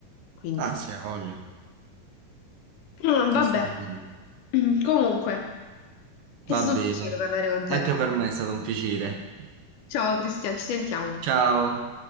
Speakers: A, on the left; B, on the right.
A: quindi.
B: Ah, sì, ha voglia.
A: Ah, Vabbè,
B: Assolutamente.
A: <clears throat> comunque. È
B: Va
A: stato
B: bene.
A: un piacere parlare con te.
B: Anche per me è stato un piacere.
A: Ciao Cristian, ci sentiamo.
B: Ciao.